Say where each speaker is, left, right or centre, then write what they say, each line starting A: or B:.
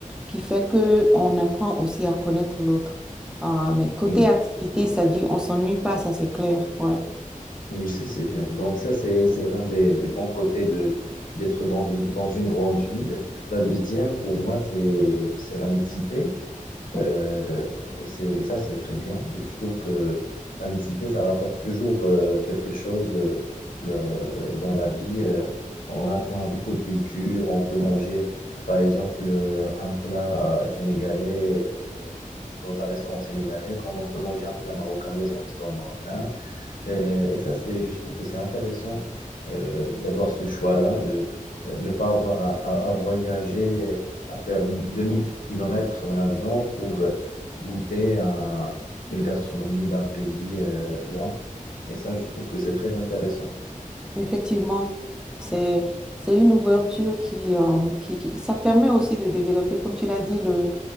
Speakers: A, in the centre; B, on the left.
A: qui fait que on apprend aussi à connaître l'autre. Ah, mais côté
B: Oui,
A: activité, ça dit on s'ennuie pas, ça c'est clair. ouais
B: oui, c'est c'est bien. Bon, ça, c'est, c'est l'un des, des bons côtés de, d'être dans une, dans une grande ville. La deuxième, pour moi, c'est, c'est la mixité.
A: Mm.
B: Euh, c'est, et ça, c'est très bien. Je trouve que la mixité, ça rapporte toujours euh, quelque chose euh, de- dans la vie. Euh, on a, on a beaucoup de cultures. On peut manger, par exemple, euh, un plat sénégalais dans un restaurant sénégalais, comme on peut manger un plat marocain dans un restaurant marocain. Et, et ça, c'est, je trouve que c'est intéressant euh, d'avoir ce choix-là, de euh, ne pas avoir à, à- à voyager, euh, à faire 2000 kilomètres en avion pour euh, goûter à une gastronomie d'un pays euh, loin. Et ça, je trouve que c'est très intéressant.
A: Effectivement, c'est c'est une ouverture qui, euh, qui, qui- ça permet aussi de développer, comme tu l'as dit, le,